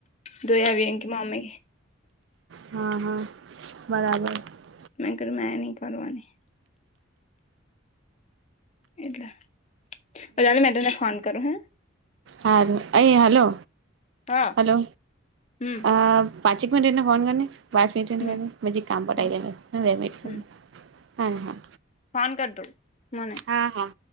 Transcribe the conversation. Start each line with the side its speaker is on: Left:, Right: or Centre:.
Left: દ હા વએન કા અમે
Right: હ હ બરા.
Left: મગર મે ન કરવાની એટલે <unintelligible> મે તને ફોન કરે હ.
Right: હા અહીં હલો
Left: હા
Right: હલો
Left: હમ
Right: અ પાંચક મિને રઈને ફોન કરને પાંચ મિન્ટ રયની
Left: હમ
Right: કરની મે જરીક કામ પટાય
Left: હમ
Right: દેહે ની વાર લાગે
Left: હમ
Right: હા હા.
Left: ફોન કડતું મને
Right: હા હા